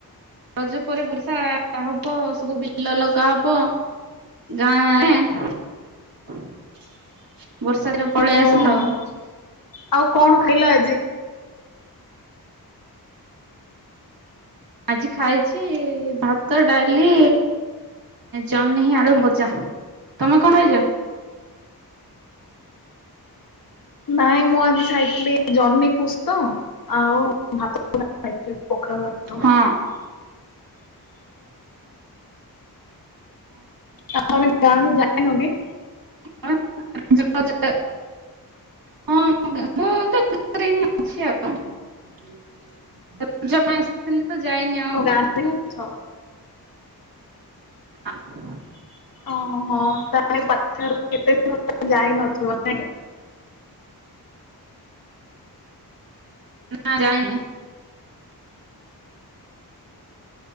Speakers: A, on the right; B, on the left.
A: ରଜ ପରେ ବର୍ଷା ହବ ସବୁ ବିଲ ଲଗା ହବ ଗାଁ <unintelligible> ବର୍ଷା ଦିନ ପଳେଇ
B: ହଁ
A: ଆସିଲା ଆଉ
B: ଆଉ କଣ ଖାଇଲ ଆଜି?
A: ଆଜି ଖାଇଛି ଭାତ ଡାଲି ଜହ୍ନି ଆଳୁ ଭଜା ତମେ କଣ ଖାଇଛ?
B: ନାଇଁ ମୁଁ ଆଜି ଖାଇଥିଲି ଜହ୍ନି ପୁସ୍ତ ଆଉ ଭାତ ଖାଇଥିଲି। ପଖାଳ ଭାତ।
A: ହଁ।
B: ଆପଣ <unintelligible> ଗାଁ କୁ ଯାଇ <unintelligible>
A: ହଁ ମୁଁ <unintelligible> ଆସିଥିଲି। ତ ଯାଇନି ଆଉ।
B: ଓ ଗାଁ ରେ <unintelligible> ହିଁ ଅଛ?
A: ହ <inaudible>
B: ଓହୋ ତାହେଲେ <unintelligible> କେତେ ଯାଇନଥିବ ନାଇଁ କି?
A: ନା ଯାଇନି।